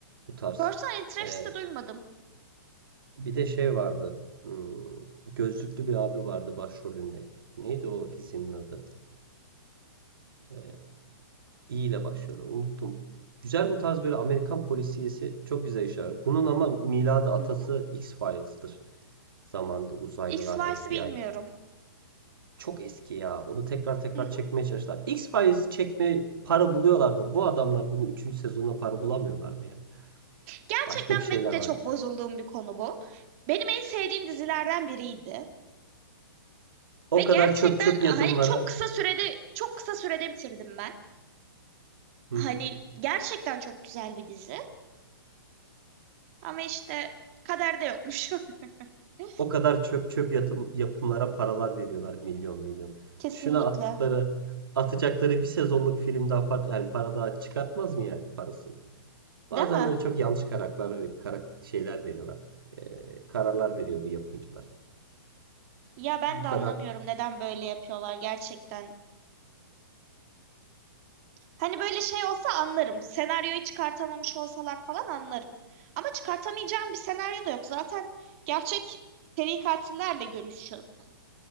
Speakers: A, on the right (about 75°); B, on the right (about 40°).
A: Bu tarz.
B: Person interest'i
A: E,
B: de duymadım.
A: Bir de şey vardı. Hmm, gözlüklü bir abi vardı başrolünde. Neydi o dizinin adı? Ee, İ ile başladı, Unuttum. Güzel bu tarz böyle Amerikan polisiyesi çok güzel işler. Bunun ama miladı atası
B: Hı hı.
A: X-Files'tır. Zamanında uzaylılar,
B: XY'si
A: FBI.
B: bilmiyorum.
A: Çok eski ya. Onu tekrar tekrar
B: Hı hı.
A: çekmeye çalıştılar. X-Files çekme para buluyorlar da bu adamlar bunu üçüncü sezonda para bulamıyorlar mı ya?
B: Gerçekten
A: Başka bir şeyler
B: benim de
A: var.
B: çok bozulduğum bir konu bu. Benim en sevdiğim dizilerden biriydi.
A: O
B: Ve gerçekten
A: kadar çöp çöp
B: hani
A: yatımlara.
B: çok kısa sürede çok kısa sürede bitirdim ben.
A: Hı
B: Hani
A: hı.
B: gerçekten çok güzel bir dizi. Ama işte kaderde yokmuş. <laughs>
A: O kadar çöp çöp yatım, yapımlara paralar veriyorlar milyon milyon.
B: Kesinlikle.
A: Şuna attıkları, atacakları bir sezonluk film daha par- yani para daha çıkartmaz mı yani parasını? Bazen
B: Değil mi?
A: böyle çok yanlış karakterler ve karak şeyler veriyorlar. Ee, kararlar veriyor bu yapımcılar.
B: Ya ben
A: Bu
B: de
A: kadar.
B: anlamıyorum neden böyle yapıyorlar gerçekten. Hani böyle şey olsa anlarım. Senaryoyu çıkartamamış olsalar falan anlarım. Ama çıkartamayacağım bir senaryo da yok. Zaten gerçek seri katillerle görüşüyorsun.